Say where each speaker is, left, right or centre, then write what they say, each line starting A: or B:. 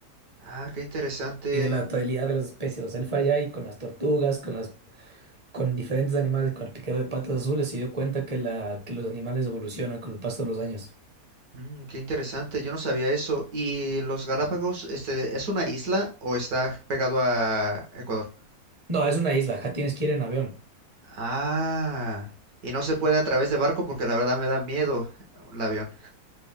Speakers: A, on the right; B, on the right.
A: ah, qué interesante.
B: y de la adaptabilidad de las especies. O sea, él fue allá y con las tortugas, con las, con diferentes animales, con el piquero de patas azules, se dio cuenta que, la, que los animales evolucionan con el paso de los años.
A: Mm, qué interesante, yo no sabía eso. ¿Y los Galápagos, este, es una isla o está pegado a Ecuador?
B: No, es una isla, ja, tienes que ir en avión.
A: Ah, y no se puede a través de barco porque la verdad me da miedo el avión.